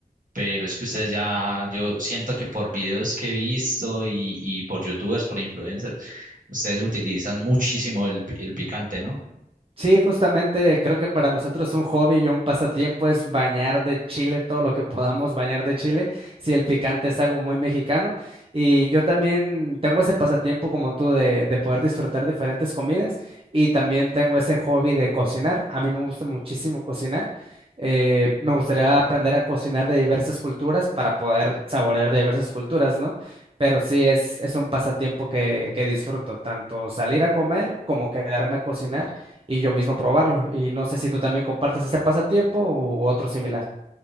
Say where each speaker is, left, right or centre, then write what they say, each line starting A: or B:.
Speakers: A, on the right; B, on the right.
A: pero es que ustedes ya, yo siento que por videos que he visto y, y por youtubers, por influencers, ustedes utilizan muchísimo el, pi- el picante, ¿no?
B: Sí, justamente creo que para nosotros un hobby y un pasatiempo es bañar de chile todo lo que podamos bañar de chile, si el picante es algo muy mexicano. Y yo también tengo ese pasatiempo como tú de, de poder disfrutar diferentes comidas y también tengo ese hobby de cocinar. A mí me gusta muchísimo cocinar. Eh, me gustaría aprender a cocinar de diversas culturas para poder saborear de diversas culturas, ¿no? Pero sí es, es un pasatiempo que, que disfruto, tanto salir a comer como quedarme a cocinar y yo mismo probarlo. Y no sé si tú también compartas ese pasatiempo u otro similar.